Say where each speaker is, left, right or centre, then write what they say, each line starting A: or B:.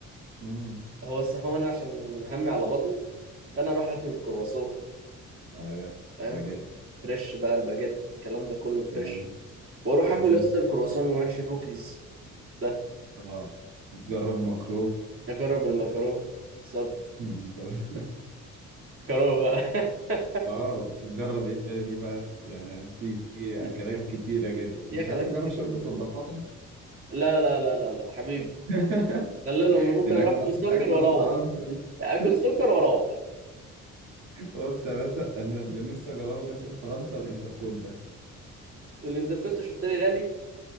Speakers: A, on the right; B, on the right.
A: امم
B: هو الس- هو انا عشان همي على بطني فانا اروح اكل الكرواسون
A: ايوه
B: فاهم
A: باجيت
B: فريش بقى الباجيت الكلام ده كله فريش
A: فاهم
B: واروح
A: امم
B: اكل يا اسطى الكرواسون المحشي كوكيز ده
A: اه جرب مكرو
B: اجرب المكرونه بالظبط
A: <laughs> جرب-
B: كرو بقى <laughs>
A: اه جرب ايه تاني بقى يعني في في
B: في
A: اكلات كتيرة جدا
B: في
A: مش
B: اكلات
A: عايز تجرب
B: كتير
A: شوربة
B: جدا
A: الضفادع
B: لا لا لا لا لا حبيبي
A: <laughs>
B: خلي لهم انا ممكن
A: هناك
B: اروح
A: ده
B: اكل
A: اصلا
B: سكر
A: اكلة
B: واروح
A: في فرنسا دي
B: اكل
A: <laughs>
B: سكر واروح
A: بص يا باشا انا اللي نفسي اجربه بجد في فرنسا الانتركوت ده
B: الانتركوت شرطري غالي